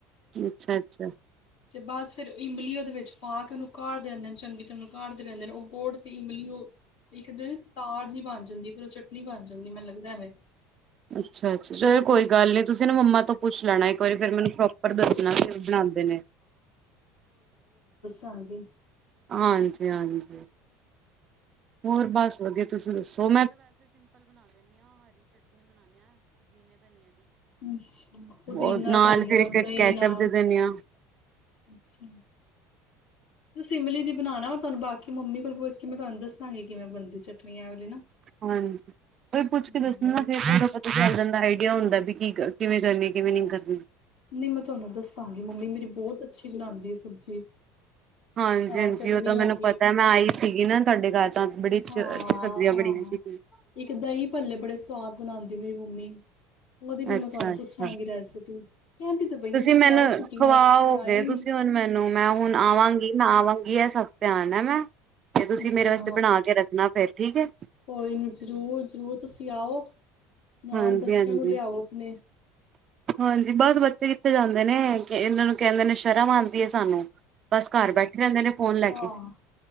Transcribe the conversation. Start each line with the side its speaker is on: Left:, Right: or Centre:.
Right: ਅੱਛਾ-ਅੱਛਾ,
Left: ਅਤੇ ਬਸ ਫਿਰ ਇਮਲੀ ਉਹਦੇ ਵਿਚ ਪਾ ਕੇ ਉਹਨੂੰ ਕਾਡਦੇ ਦੇ ਰਹਿੰਦੇ ਨੇ ਚੰਗੀ ਤਰ੍ਹਾਂਨੂੰ ਕਾਡਦੇ ਰਹਿੰਦੇ ਨੇ, ਉਹ ਗੋੜ ਤੇ ਇਮਲੀ ਇਕ ਜਿਹੜੀ ਤਾਰ ਜਿਹੀ ਬਣ ਜਾਦੀ, ਫੇਰ ਉਹ ਚਟਨੀ ਬਣ ਜਾਦੀ ਮੈਨੂੰ ਲਗਦਾ ਵੇਂ
Right: ਅੱਛਾ-ਅੱਛਾ, ਚਲੋ ਕੋਈ ਗੱਲ ਨੀ ਤੁਸੀ ਨਾ ਮੰਮਾ ਤੋਂ ਪੁਛ ਲੈਣਾ ਇਕ ਵਾਰੀ ਫੇਰ ਮੈਨੂੰ ਪ੍ਰੋਪਰ ਦਸਣਾ ਵੀ ਉਹ ਬਣਾਦੇ ਨੇ
Left: ਹਾਂਜੀ।
Right: ਹਾਂਜੀ-ਹਾਂਜੀ ਹੋਰ ਬਸ ਵਧੀਆ ਤੁਸੀ ਦੱਸੋ?
Left: ਅੱਛਾ ਪੁਦੀਨਾ
Right: ਉਹ ਨਾਲ
Left: ਧਰੀਆ
Right: ਫਿਰ ਇੱਕ
Left: ਦਹੀ
Right: ਕੈਚਅਪ
Left: ਨਾਲ
Right: ਦੇ ਦਿੰਦੇ ਹਾਂ
Left: ਅੱਛਾ, ਇਮਲੀ ਬਣਾਣਾ ਮੈਂ ਤੁਹਾਨੂੰ ਬਾਕੀ ਮੰਮੀ ਕੋਲ ਪੁੱਛ ਕੇ ਮੈਂ ਤੁਹਾਨੂੰ ਦੱਸਾਂਗੀ, ਕਿਵੇਂ ਬਣਦੀ ਐ ਚਟਨੀ। ਐ ਵਾਲੀ ਨਾ
Right: ਹਾਂਜੀ, ਕੋਈ ਪੁੱਛ
Left: ਹਾਂ
Right: ਕੇ ਦੱਸਣ,
Left: ਬਸ
Right: ਨਾ ਫਿਰ ਪਤਾ ਚੱਲ ਜਾਂਦਾ ਆਈਡੀਆ ਹੁੰਦਾ। ਵੀ ਕੀ ਕਿਵੇਂ ਕਰਨੀ, ਕਿਵੇਂ ਨਹੀਂ ਕਰਨੀੇ।
Left: ਨਹੀਂ ਮੈਂ ਤੁਹਾਨੂੰ ਦੱਸਾਂਗੀ, ਮੰਮੀ ਮੇਰੀ ਬਹੁਤ ਅੱਛੀ ਬਣਾਦੀ ਹੈ ਸਬਜ਼ੀ
Right: ਹਾਂਜੀ-ਹਾਂਜੀ
Left: ਇਹ ਚਟਨੀ
Right: ਉਹ ਤਾਂ
Left: ਹੋ
Right: ਮੈਨੂੰ ਪਤਾ ਮੈਂ ਆਈ ਸੀਗੀ, ਨਾ ਤੁਹਾਡੇ ਘਰ ਤਾਂ ਬੜੀ ਅੱਛੀ
Left: ਹਾਂ-ਹਾਂ,
Right: ਸਬਜ਼ੀਆਂ ਬਣੀਆਂ ਸੀਗੀਆਂ।
Left: ਇੱਕ ਦਹੀਂ ਭੱਲੇ ਬੜੇ ਸਵਾਦ ਬਣਾਦੇ। ਮੇਰੀ ਮੰਮੀ, ਉਹਦੀ ਵੀ
Right: ਅੱਛਾ
Left: ਮੈਂ ਤੁਹਾਨੂੰ
Right: ਅੱਛਾ
Left: ਪੁੱਛਾਂਗੀ, ਰੈਸਿਪੀ ਕਹਿੰਦੀ ਤੇ ਪਈਆਂ ਤੁਸੀਂ
Right: ਮੈਨੂੰ
Left: ਆਓ ਛੁੱਟੀਆਂ
Right: ਖਵਾਓਗੇ
Left: ਤੁਸੀਂ ਆਏ ਹੀ ਨੀ।
Right: ਤੁਸੀਂ ਹੁਣ ਮੈਨੂੰ ਮੈਂ ਹੁਣ ਆਵਾਂਗੀ ਮੈਂ ਆਵਾਂਗੀ, ਇਹ ਸਭ ਧਿਆਨ ਹੈ ਮੈਂ ਤੇ ਤੁਸੀਂ
Left: ਅੱਛਾ
Right: ਮੇਰੇ ਵਾਸਤੇ ਬਣਾ ਕੇ, ਰੱਖਣਾ ਫੇਰ ਠੀਕ ਹੈ।
Left: ਕੋਈ ਨੀ ਜ਼ਰੂਰ-ਜ਼ਰੂਰ ਤੁਸੀਂ ਆਓ, ਨਾਲ
Right: ਹਾਂਜੀ
Left: ਬੱਚਿਆਂ
Right: ਹਾਂਜੀ
Left: ਨੂੰ ਲਿਆਓ ਆਪਣੇ
Right: ਹਾਂਜੀ ਬਹੁਤ ਬੱਚੇ ਕਿੱਥੇ ਜਾਂਦੇ ਨੇ, ਇਹਨਾਂ ਨੂੰ ਕਹਿੰਦੇ ਨੇ ਸ਼ਰਮ ਆਦੀ ਐ ਸਾਨੂੰ ਬਸ ਘਰ ਬੈਠੇ ਰਹਿੰਦੇ ਨੇ ਫੋਨ ਲੈ
Left: ਹਾਂ
Right: ਕੇ